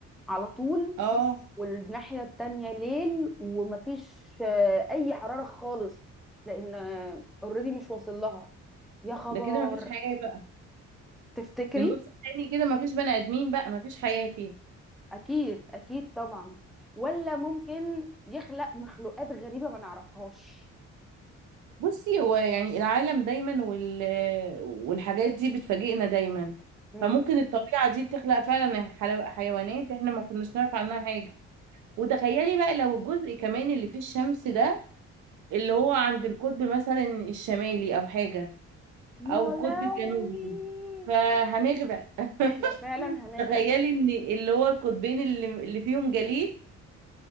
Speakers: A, in the centre; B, on the right (about 80°).
A: على طول
B: اه
A: والناحية التانية ليل ومفيش آه، أي حرارة خالص لأن اوريدي مش واصل لها يا خبر
B: ده كده ما فيش حياه بقى
A: تفتكري؟
B: في النص التاني كده ما فيش بني ادمين بقى ما فيش حياه فيها
A: أكيد أكيد طبعا ولا ممكن يخلق مخلوقات غريبة ما نعرفهاش
B: بصي هو يعني العالم دايما وال... والحاجات دي بتفاجئنا دايما
A: مم.
B: فممكن الطبيعة دي تخلق فعلا حلو- حيوانات احنا ما كناش نعرف عنها حاجة وتخيلي بقى لو الجزء كمان اللي فيه الشمس ده اللي هو عند القطب مثلا الشمالي او حاجة
A: يا
B: او القطب
A: لهوي
B: الجنوبي فهنغرق <laughs>
A: احنا فعلا هنغرق
B: تخيلي ان اللي هو القطبين اللي, اللي فيهم جليد